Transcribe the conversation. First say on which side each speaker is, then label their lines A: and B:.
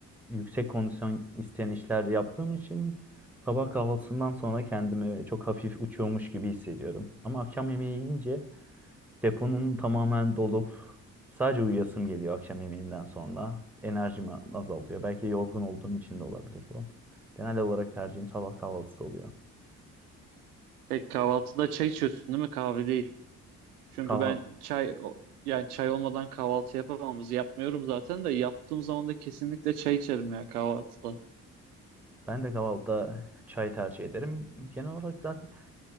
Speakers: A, in the centre; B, on the right (about 80°).
A: yüksek kondisyon isteyen işler yaptığım için sabah kahvaltısından sonra kendimi çok hafif uçuyormuş gibi hissediyorum. Ama akşam yemeği yiyince Deponun tamamen dolup sadece uyuyasım geliyor akşam yemeğinden sonra. Enerjimi azaltıyor. Belki yorgun olduğum için de olabilir bu. Genel olarak tercihim sabah kahvaltısı oluyor.
B: pek kahvaltıda çay içiyorsun değil mi kahve değil. Çünkü
A: Kahval
B: ben çay o- yani çay olmadan kahvaltı yapamamız yapmıyorum zaten de yaptığım zaman da kesinlikle çay içerim ya kahvaltıda.
A: ben de kahvaltıda çay tercih ederim. Genel olarak zaten